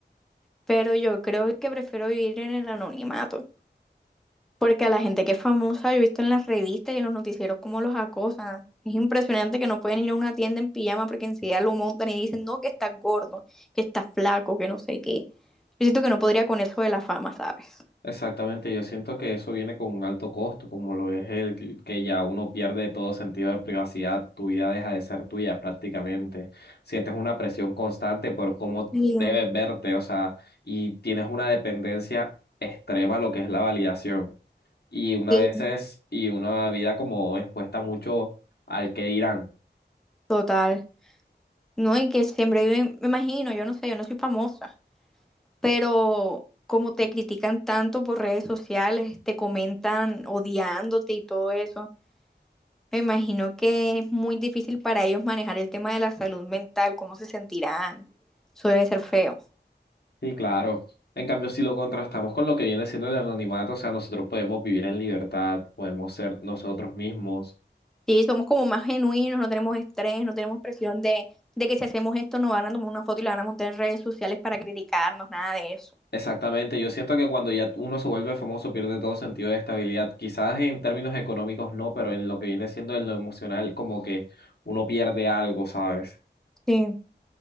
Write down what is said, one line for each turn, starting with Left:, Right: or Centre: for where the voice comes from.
Centre: pero yo creo que prefiero vivir en el anonimato, porque a la gente que es famosa yo he visto en las revistas y en los noticieros cómo los acosan. Es impresionante que no pueden ir a una tienda en pijama porque enseguida lo montan y dicen, no, que estás gordo, que estás flaco, que no sé qué. Yo siento que no podría con eso de la fama, ¿sabes?
Left: Exactamente, yo siento que eso viene con un alto costo, como lo es el que que ya uno pierde todo sentido de privacidad, tu vida deja de ser tuya prácticamente, sientes una presión constante por cómo
Centre: Sí,
Left: debes verte, o sea, y tienes una dependencia extrema a lo que es la validación, y una
Centre: sí.
Left: veces, y una vida como expuesta mucho al que dirán.
Centre: Total. No, y que siempre viven, me imagino, yo no sé, yo no soy famosa, pero como te critican tanto por redes sociales, te comentan odiándote y todo eso, me imagino que es muy difícil para ellos manejar el tema de la salud mental, cómo se sentirán. Eso debe ser feo.
Left: Sí, claro. En cambio, si lo contrastamos con lo que viene siendo el anonimato, o sea, nosotros podemos vivir en libertad, podemos ser nosotros mismos.
Centre: Sí, somos como más genuinos, no tenemos estrés, no tenemos presión de, de que si hacemos esto nos van a tomar una foto y la van a montar en redes sociales para criticarnos, nada de eso.
Left: Exactamente, yo siento que cuando ya uno se vuelve famoso pierde todo sentido de estabilidad, quizás en términos económicos no, pero en lo que viene siendo en lo emocional como que uno pierde algo, ¿sabes?
Centre: Sí.